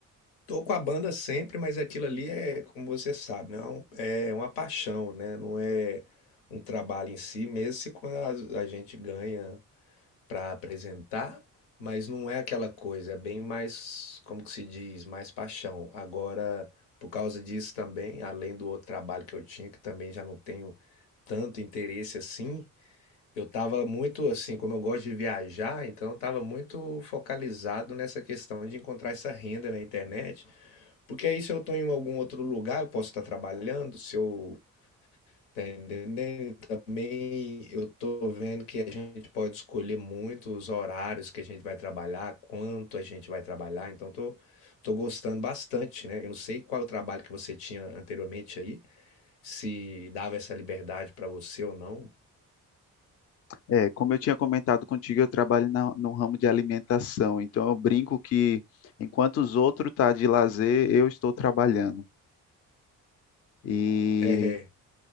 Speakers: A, on the left; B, on the left.
A: Tô com a banda sempre, mas aquilo ali é, como você sabe, não é um- é uma paixão, né? Não é um trabalho em si, mesmo se quando a a gente ganha para apresentar, mas não é aquela coisa, é bem mais, como que se diz, mais paixão. Agora, por causa disso também, além do outro trabalho que eu tinha, que também já não tenho tanto interesse assim, eu estava muito assim, como eu gosto de viajar, então eu estava muito focalizado nessa questão de encontrar essa renda na internet, porque aí se eu estou em algum outro lugar, eu posso estar trabalhando, se eu Tá entendendo? E Também eu tô vendo que a gente pode escolher muito os horários que a gente vai trabalhar, quanto a gente vai trabalhar, então tô, tô gostando bastante, né? Eu não sei qual é o trabalho que você tinha anteriormente aí, se dava essa liberdade pra você ou não.
B: É, como eu tinha comentado contigo, eu trabalho na- no ramo de alimentação. Então eu brinco que enquanto os outros estão tá de lazer, eu estou trabalhando. E
A: É,